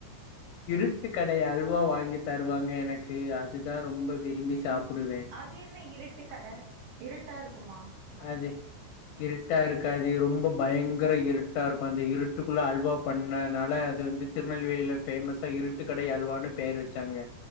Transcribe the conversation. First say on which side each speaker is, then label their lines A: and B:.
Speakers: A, on the left; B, on the right.
A: இருட்டு கடை அல்வா வாங்கி தருவாங்க எனக்கு அதுதா ரொம்ப விரும்பி சாப்டுவே
B: அது என்ன இருட்டு கட இருட்டா இருக்குமா
A: அது இருட்டா இருக்கோ அது ரொம்ப பயங்கர இருட்டா இருக்கு அந்த இருட்டுகுள்ள அல்வா பண்ணனால அது வந்து திருநெல்வேலில ஃபேமஸா இருட்டுக்கடை அல்வானு பேர் வச்சாங்க